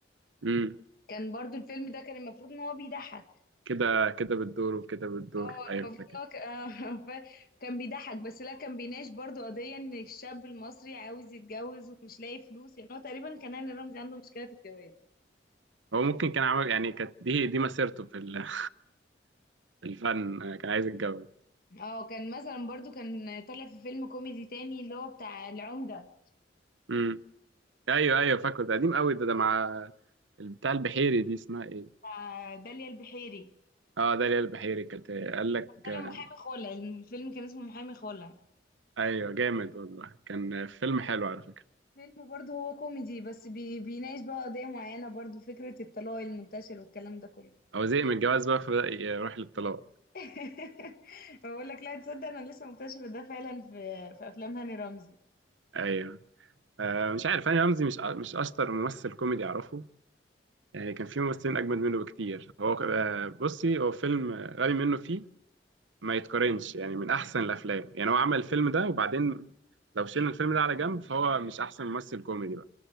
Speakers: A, on the right; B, on the left.
A: امم
B: كان برضو الفيلم ده كان المفروض ان هو بيضحك
A: كده كده بتدور وكده بتدور
B: اه
A: ايوه
B: المفروض
A: فاكر
B: ان هو ك- آه، <laughs> ف- كان بيضحك بس لا كان بيناقش برضو قضيه ان الشاب المصري عاوز يتجوز ومش لاقي فلوس يعني هو تقريبا كان هاني رمزي عنده مشكله في الجواز
A: هو ممكن كان عمل يعني كانت دي دي مسيرته في ال... <laughs> الفن آه، كان عايز يتجوز
B: اه كان مثلا برضو كان طالع في فيلم كوميدي تاني اللي هو بتاع العمده
A: امم ايوه ايوه فاكره ده قديم قوي ده ده مع بتاع البحيري دي اسمها ايه
B: بتاع داليا البحيري
A: اه داليا البحيري كانت قال لك
B: طالع
A: آه،
B: محامي خلع الفيلم كان اسمه محامي خلع
A: ايوه جامد والله كان فيلم حلو على فكرة
B: فيلم برضه هو كوميدي بس بي... بيناقش بقى قضية معينة برضه فكرة الطلاق المنتشر والكلام ده كله
A: هو زهق من الجواز بقى فبدأ يروح للطلاق
B: <laughs> بقول لك لا تصدق انا لسه مكتشفة ده فعلا في في افلام هاني رمزي
A: ايوه آه مش عارف هاني رمزي مش مش اشطر ممثل كوميدي اعرفه يعني كان في ممثلين اجمد منه بكتير هو آه بصي هو فيلم غبي منه فيه ما يتقارنش يعني من احسن الافلام يعني هو عمل الفيلم ده وبعدين لو شلنا الفيلم ده على جنب فهو مش احسن ممثل كوميدي بقى.